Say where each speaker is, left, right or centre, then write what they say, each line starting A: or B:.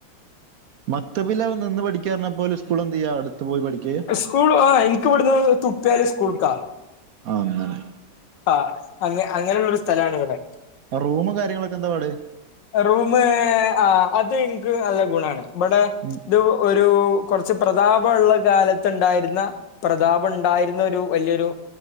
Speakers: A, on the right; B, on the left.
A: മത്തബില അവ നിന്ന് പഠിക്കാ പറഞ്ഞാ പോലെ സ്കൂൾ എന്ത് ചെയ്യാ അടുത്ത് പോയി പഠിക്കയേ
B: സ്കൂൾ ആ ഇനിക്ക് ഇവിടുന്ന് തുപ്പിയാല് സ്കൂൾക്കാ
A: ആ അങ്ങനെ
B: ആ അങ്ങ അങ്ങനെയുള്ളൊരു സ്ഥലാണ് ഇവിടെ
A: ആ റൂമ് കാര്യങ്ങളൊക്കെ എന്താ പാട്
B: റൂമ് ആഹാ അത് ഇനിക്ക് നല്ല ഗുണാണ് ഇബടെ
A: ഉം
B: ഇത് ഒരു കുറച്ച് പ്രതാപഉള്ള കാലത്തുണ്ടായിരുന്ന പ്രതാപ ഉണ്ടായിരുന്ന ഒരു വലിയൊരു